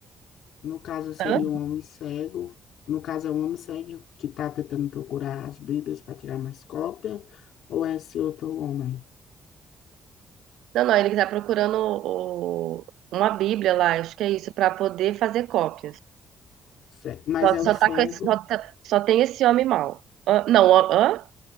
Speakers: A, on the left; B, on the right.
A: no caso seria
B: Hã?
A: um homem cego. No caso é um homem cego que está tentando procurar as Bíblias para tirar mais cópia, ou é esse outro homem?
B: Não, não, ele está procurando o- uma Bíblia lá, acho que é isso, para poder fazer cópias.
A: Ce- Mas
B: Só,
A: é o
B: só,
A: cego,
B: tá com esse- só, tá- só tem esse homem mau. Hã? não, hã? Hã?